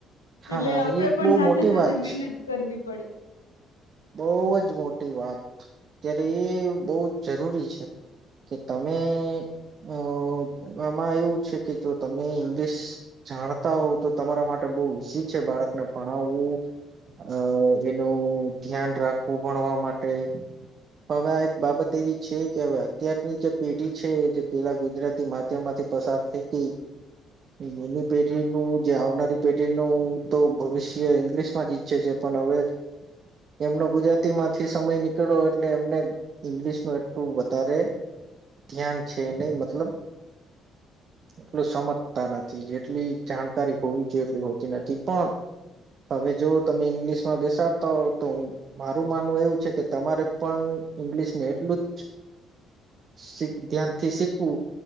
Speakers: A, on the right; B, on the left.
A: હા
B: એટલે
A: હા,
B: આપડે
A: એ એક
B: પણ
A: બહુ
B: સાથે
A: મોટી
B: સાથે
A: વાત
B: મહેનત
A: છે
B: કરવી પડે.
A: બહુ જ મોટી વાત ત્યારે એ બહુ જ જરૂરી છે. કે તમે અ આમાં એવું છે કે, જો તમે ઇંગ્લિશ જાણતા હોવ તો તમારા માટે બહુ ઈઝી છે. બાળકને ભણાવવું અ એનું ધ્યાન રાખવું ભણવા માટે. હવે આ એક બાબત એવી છે કે હવે અત્યારની જે પેઢી છે જે પેલા ગુજરાતી માધ્યમમાંથી પસાર થઈ ગઈ. એની પેઢીનું જે આવનારી પેઢીનું તો ભવિષ્ય ઇંગ્લિશમાં જ ઈચ્છે છે. પણ હવે એમનો ગુજરાતી માંથી સમય નીકળો એટલે એમને ઈંગ્લિશ ન એટલું વધારે ધ્યાન છે. નહી મતલબ એટલું સમજતા નથી. જેટલી જાણકારી હોવી જોઈએ એટલી હોતી નથી. પણ હવે જો તમે ઈંગ્લિશમાં બેસાડતા હો તો મારું માનવું એવું છે કે તમારે પણ ઇંગ્લિશ ને એટલું જ શીખ ધ્યાનથી શીખવું